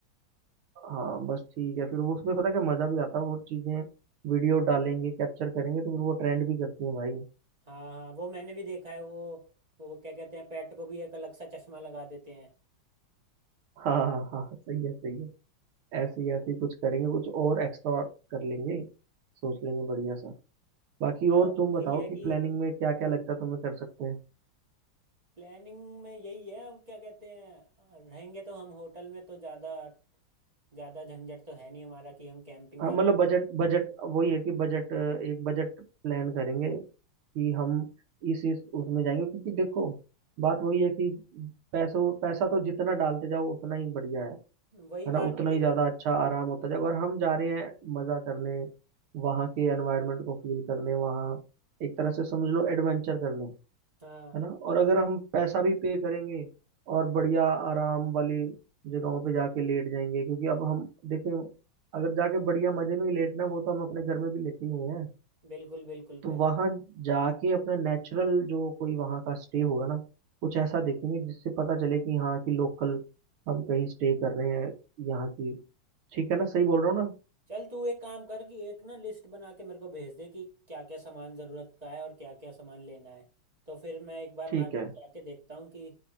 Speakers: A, on the right; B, on the right.
A: हाँ बस ठीक है फिर वो उसमें पता क्या मजा भी आता है वो चीजें वीडियो डालेंगे कैप्चर करेंगे तो फिर वो ट्रेंड भी करती हैं भाई
B: हाँ हाँ वो मैंने भी देखा है वो वो क्या कहते हैं पेट को भी एक अलग सा चश्मा लगा देते हैं
A: हाँ हाँ हाँ सही है सही है ऐसे ही ऐसे ही कुछ करेंगे कुछ और एक्स्ट्रा कर लेंगे सोच लेंगे बढ़िया सा बाकी
B: हाँ
A: और
B: बस
A: तुम
B: वही
A: बताओ
B: है कि
A: कि प्लानिंग में क्या क्या लगता है तुम्हें कर सकते हैं
B: प्लानिंग में यही है अब क्या कहते हैं रहेंगे तो हम होटल में तो ज़्यादा ज़्यादा झंझट तो है नहीं हमारा कि हम कैंपिंग
A: हाँ
B: कर
A: मतलब
B: रहे
A: बजट बजट वही है कि बजट एक बजट प्लान करेंगे कि हम इस इस उसमें जाएंगे क्योंकि देखो बात वही है कि पैसों पैसा तो जितना डालते जाओ उतना ही बढ़िया है
B: हैं। वही
A: है
B: बात
A: ना उतना
B: है
A: ही
B: कि
A: ज़्यादा
B: तू
A: अच्छा आराम होता जाएगा और हम जा रहे हैं मज़ा करने वहाँ के एनवायरनमेंट को फील करने वहाँ एक तरह से समझ लो एडवेंचर करने
B: हाँ
A: है ना और अगर हम पैसा भी पे करेंगे और बढ़िया आराम वाली जगहों पे जाके लेट जाएंगे क्योंकि अब हम देखें अगर जाके बढ़िया मजे में ही लेटना वो तो हम अपने घर में भी लेते ही हुए हैं
B: बिल्कुल बिल्कुल
A: तो
B: भाई
A: वहां जाके अपना नेचुरल जो कोई वहां का स्टे होगा ना कुछ ऐसा देखेंगे जिससे पता चले कि हाँ कि लोकल हम कहीं स्टे कर रहे हैं यहाँ की ठीक है ना सही बोल रहा हूँ ना
B: चल तू एक काम कर कि एक ना लिस्ट बना के मेरे को भेज दे कि क्या क्या सामान ज़रूरत का है और क्या क्या सामान लेना है तो फिर मैं एक बार
A: ठीक
B: मार्केट
A: है
B: जाके देखता हूँ कि